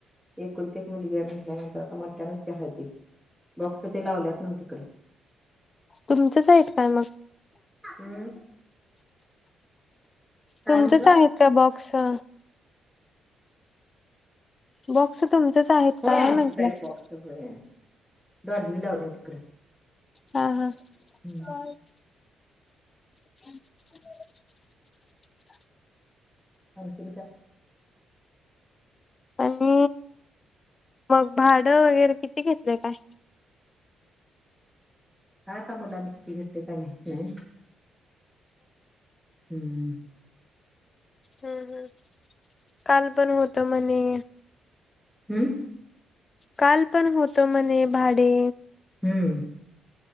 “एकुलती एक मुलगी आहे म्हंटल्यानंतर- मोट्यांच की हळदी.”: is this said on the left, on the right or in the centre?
Centre